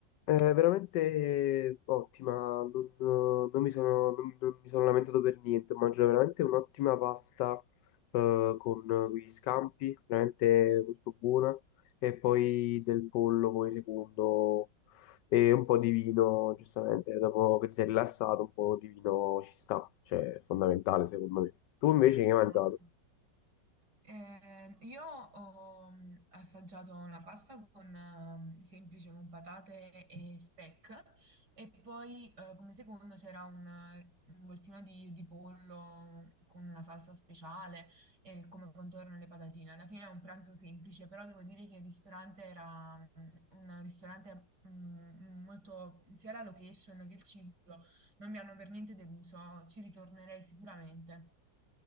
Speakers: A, on the left; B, on the right.
A: È veramente ottima, non, non mi sono, non- non mi sono lamentato per niente, mangio veramente un'ottima pasta eh, con gli scampi, veramente molto buona, e poi del pollo come secondo e un po' di vino, giustamente, dopo che ti sei rilassato un po' di vino ci sta, cioè è fondamentale secondo me. Tu invece che hai mangiato?
B: Ah, ok. Eh, io ho mh, assaggiato una pasta con ehm, semplice con patate e speck e poi eh, come secondo c'era un, eh, un voltino di, di pollo con una salsa speciale e come contorno le patatine. Alla fine è un pranzo semplice, però devo dire che il ristorante era mh, un ristorante mh, molto sia la location che il cibo non mi hanno per niente deluso, ci ritornerei sicuramente.